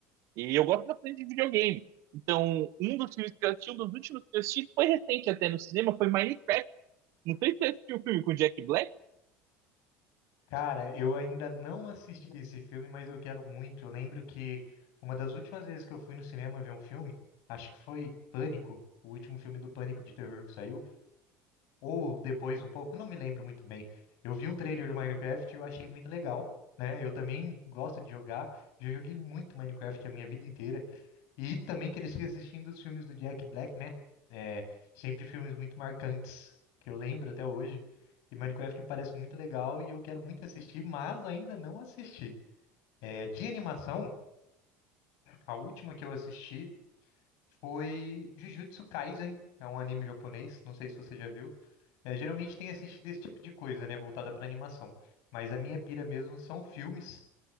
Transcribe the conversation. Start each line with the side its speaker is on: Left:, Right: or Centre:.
Right: E eu gosto bastante de videogame. Então, um dos filmes que eu assisti, um dos últimos que eu assisti, foi recente até no cinema, foi Minecraft. Não sei se você assistiu o filme com o Jack Black.
Left: Cara, eu ainda não assisti esse filme, mas eu quero muito. Eu lembro que uma das últimas vezes que eu fui no cinema ver um filme, acho que foi Pânico, o último filme do Pânico de terror que saiu. ou depois um pouco, não me lembro muito bem. Eu vi um trailer do Minecraft e eu achei muito legal, né? Eu também gosto de jogar, já joguei muito Minecraft a minha vida inteira. E também cresci assistindo os filmes do Jack Black, né? É, sempre filmes muito marcantes, que eu lembro até hoje. E Minecraft me parece muito legal e eu quero muito assistir, mas ainda não assisti. É, de animação, a última que eu assisti foi Jujutsu Kaisen, é um anime japonês, não sei se você já viu. É, geralmente tem assistido esse tipo de coisa, né, voltada para animação. Mas a minha pira mesmo são filmes,